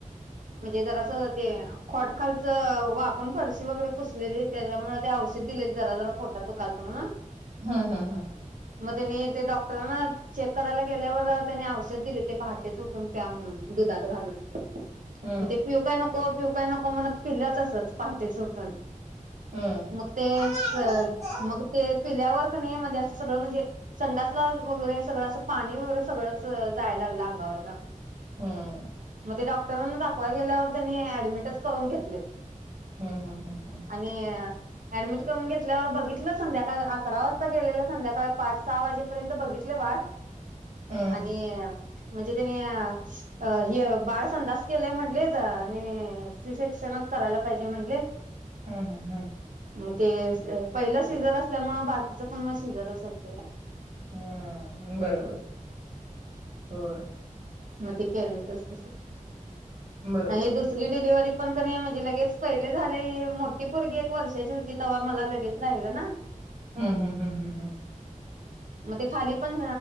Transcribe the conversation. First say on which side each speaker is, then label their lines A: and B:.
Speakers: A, on the right; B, on the right.
A: म्हणजे जरा असं ते. खोट खालचं वाप कोण फडशी वगैरे पुसलेली, त्याच्यामुळे ते औषध दिलेले, जरा जरा पोटात दुखल म्हण.
B: हा हा हा.
A: मग त्यांनी ते डॉक्टरांना चेक करायला गेल्यावर त्यांनी औषध दिले, ते पहाटे च उठून प्या म्हणून. दुधाच घालून
B: हम्म
A: मग ते पिऊ काय नको पिव काय नको मनात पिलंच असच पहाटे च उटून.
B: हम्म
A: मग तेच
B: हम्म.
A: मग तेच. पिल्यावर का नाही म्हणजे, असं सगळं म्हणजे, संडातला वगैरे सगळं असं, पाणी वगैरे सगळंच जाय लागलं अंगावरन.
B: हा.
A: मग ते डॉक्टरांना दाखवाय गेल्यावर त्यांनी ऍडमिटच करून घेतले.
B: हम्म हम्म हम्म हम्
A: आणि ऍडमिट करून घेतल्यावर बघितलं संध्याकाळ अकरा वाजता गेलेलं संध्याकाळ पाच सहा वाजेपर्यंत बघितले वाट
B: हम्म
A: आणि म्हणजे त्यांनी अ अ.... बाळ संडास केलाय म्हंटलेत, आणि सी शिकषणच करायला पाहिजे म्हटले.
B: हम् हम हम
A: मग ते पहिलं सीझर असल्यामुळे बाकीच पण मग सी सीझरच होत.
B: हम्म बरोबर होय.
A: मग ते केलंय तसतस
B: बरोबर
A: आणि दुसरी डिलिव्हरी पण कणी म्हणजे लगेच पहिले झाल हे मोठी पोरगी एक वर्षाची होती तेव्हा मला लगेच राहिलं ना
B: हम्म हम्म हम्म हम्म
A: मग ते खाली पण